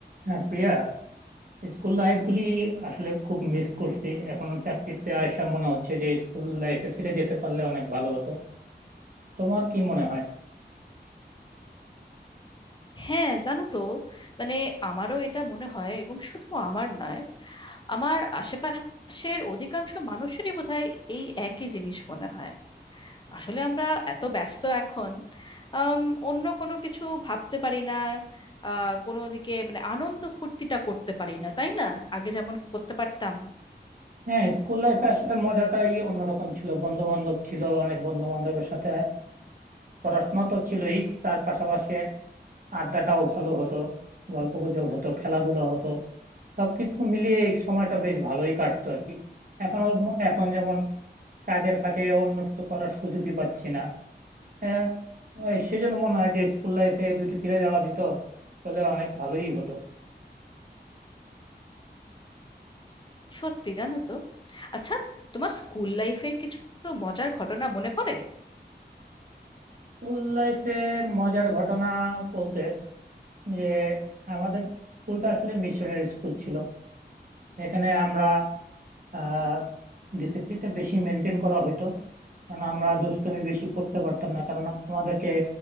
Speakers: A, on the right; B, on the left.
A: হ্যাঁ Priya school life গুলি আসলে খুব মিস করছি এখন চাকরিতে আয়সা মনে হচ্ছে যে স্কুল লাইফে ফিরে যেতে পারলে অনেক ভালো হতো তোমার কি মনে হয়
B: হ্যাঁ জানো তো মানে আমারও এটা মনে হয় এবং শুধু আমার নয় আমার আশেপাশের অধিকাংশ মানুষেরই বোধহয় এই একই জিনিস মনে হয় আসলে আমরা এত ব্যস্ত এখন আম, অন্য কোনো কিছু ভাবতে পারি না আহ কোনো দিকে মানে আনন্দ ফুর্তিটা করতে পারি না তাই না আগে যেমন করতে পারতাম
A: হ্যাঁ স্কুল লাইফে আসলে মজাটাই অন্যরকম ছিল বন্ধু বান্ধব ছিল অনেক বন্ধু বান্ধবের সাথে পড়াশোনা তো ছিলই তার পাশাপাশি আড্ডাটাও ভালো হতো গল্প গুজব হতো খেলাধুলা হতো সবকিছু মিলিয়ে এই সময়টা বেশ ভালোই কাটতো আর কি এখন এখন যেমন কাজের ফাঁকে অন্য কিছু করার সুযোগই পাচ্ছি না হ্যাঁ ওই সেজন্য মনে হয় যে স্কুল লাইফে যদি ফিরে যাওয়া যেত তাহলে অনেক ভালোই হতো
B: সত্যি জানো তো আচ্ছা তোমার স্কুল লাইফের কিছু মজার ঘটনা মনে পড়ে
A: স্কুল লাইফের মজার ঘটনা বলতে যে আমাদের স্কুলটা আসলে মিশনের স্কুল ছিল এখানে আমরা আহ ডিসিপ্লিনটা বেশি মেনটেন করা হতো কারণ আমরা দুষ্টুমি বেশি করতে পারতাম না কারণ আমাদেরকে